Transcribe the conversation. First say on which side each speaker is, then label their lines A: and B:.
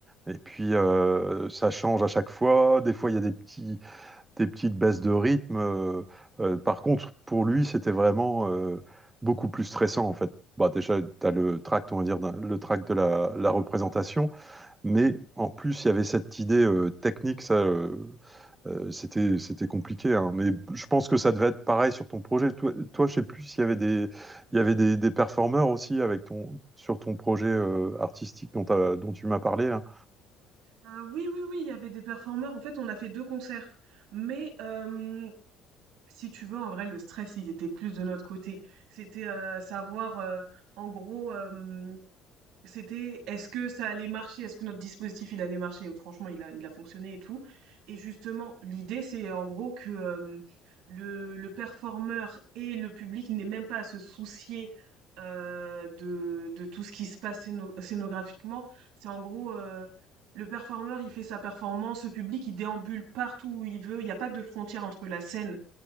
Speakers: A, on the right (about 15°); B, on the right (about 85°).
A: Et puis euh, ça change à chaque fois. Des fois, il y a des petits des petites baisses de rythme. euh, euh, par contre, pour lui, c'était vraiment euh, beaucoup plus stressant, en fait. Bah, déjà, tu as le tract, on va dire, d'un- le tract de la, la représentation, mais en plus, il y avait cette idée euh, technique, ça, euh, euh, c'était, c'était compliqué. hein. Mais je pense que ça devait être pareil sur ton projet. Toi, toi je sais plus s'il y avait des, il y avait des, des performeurs aussi avec ton, sur ton projet euh, artistique dont, t'as- dont tu m'as parlé, là.
B: Heu, oui, oui, oui, il y avait des performeurs. En fait, on a fait 2 concerts, mais hem Si tu veux, en vrai, le stress, il était plus de notre côté. C'était euh, savoir, euh, en gros, euh, c'était est-ce que ça allait marcher, est-ce que notre dispositif, il allait marcher. Franchement, il a, il a fonctionné et tout. Et justement, l'idée, c'est en gros que euh, le, le performeur et le public n'aient même pas à se soucier euh, de, de tout ce qui se passe scéno- scénographiquement. C'est en gros... euh, le performeur, il fait sa performance, le public, il déambule partout où il veut, il n'y a pas de frontière entre la scène